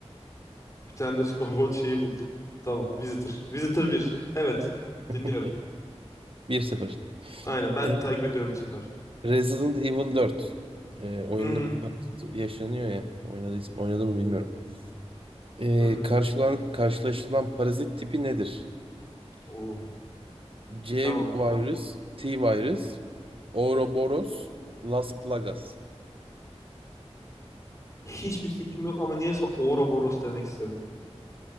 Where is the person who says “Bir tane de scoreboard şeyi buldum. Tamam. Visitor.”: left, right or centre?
Left